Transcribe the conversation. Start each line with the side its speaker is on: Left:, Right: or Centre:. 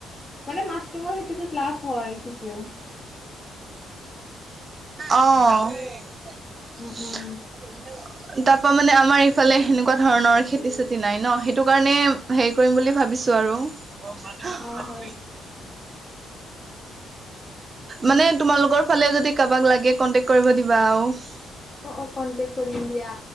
Left: মানে মাছৰুমৰ খেতিতত লাভ হয় কিছু
Right: অ তাৰ
Left: উম উম
Right: পৰাা মানে আমাৰ ইফালে সেনেকুৱা ধৰণৰ খেতি চেতি নাই ন সেইটো কাৰণে হেৰি কৰিম বুলি ভাবিছো আৰু ব মাজোকান
Left: হয় হয়
Right: মানে তোমালোকৰ ফালে য কাৰোবাক লাগ ক কৰিব দিব <unintelligible>
Left: অ অ কনটেক কৰিম দিয়া